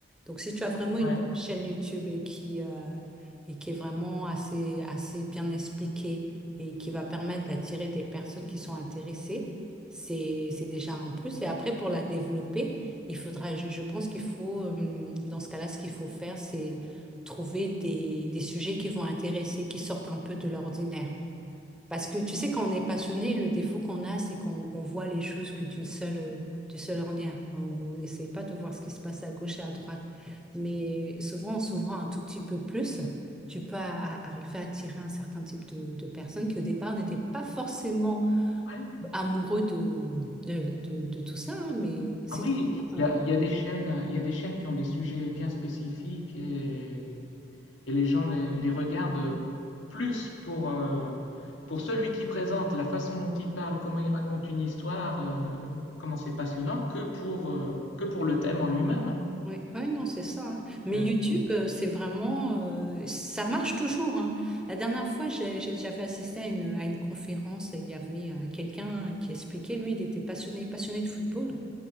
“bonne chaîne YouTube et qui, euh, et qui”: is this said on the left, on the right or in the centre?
Centre